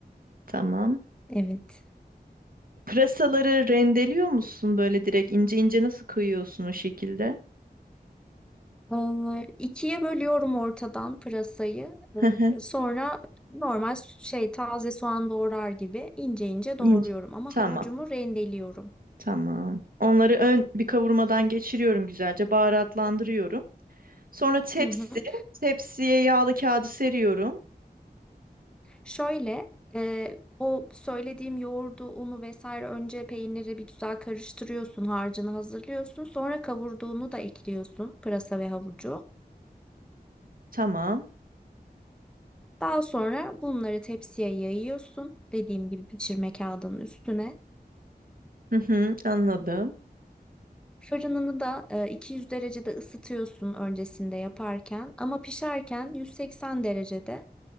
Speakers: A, on the right; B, in the centre.
A: Tamam.
B: Evet.
A: Pırasaları rendeliyor musun böyle direkt ince ince nasıl koyuyorsun o şekilde?
B: Ee, ikiye bölüyorum ortadan pırasayı.
A: Hı
B: Ee,
A: hı,
B: Sonra normal şey taze soğan doğrar gibi ince ince doğruyorum
A: ince.
B: ama
A: Tamam,
B: havucumu rendeliyorum.
A: tamam. Onları ön bir kavurmadan geçiriyorum güzelce, baharatlandırıyorum. Sonra tepsi,
B: Hı hı.
A: tepsiye yağlı kağıdı seriyorum.
B: Şöyle e, o söylediğim yoğurdu, unu vesaire önce peyniri bir güzel karıştırıyorsun, harcını hazırlıyorsun. Sonra kavurduğunu da ekliyorsun pırasa ve havucu.
A: Tamam.
B: Daha sonra bunları tepsiye yayıyorsun. Dediğim gibi pişirme kağıdının üstüne.
A: Hı hı, anladım.
B: Fırınını da e, 200 derecede ısıtıyorsun öncesinde yaparken ama pişerken 180 derecede